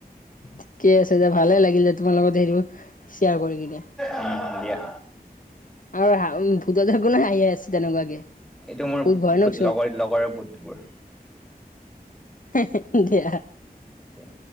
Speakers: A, on the left; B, in the centre.
A: ঠিকে আছে যে ভালে লাগিল যে তোমাৰ লগত সেইবোৰ শ্বেয়াৰ কৰি কিনে।
B: উম, দিয়া।
A: আৰু হা উম, ভূত থাকোঁ না হাঁহিয়ে আছে তেনেকুৱাকে।
B: এইটো মোৰ
A: বহুত
B: ভূত
A: ভয়ানক
B: লগৰ -লগৰ ভূতবোৰ।
A: হে-হে দিয়া।
B: দিয়া।